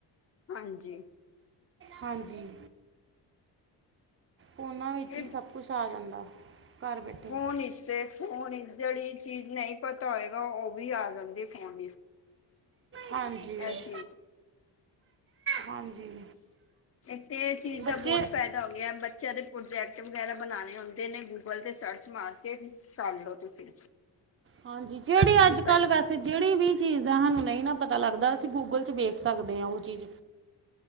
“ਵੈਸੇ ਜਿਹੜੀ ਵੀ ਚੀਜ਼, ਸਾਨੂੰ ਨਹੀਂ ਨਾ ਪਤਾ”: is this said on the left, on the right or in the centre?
Right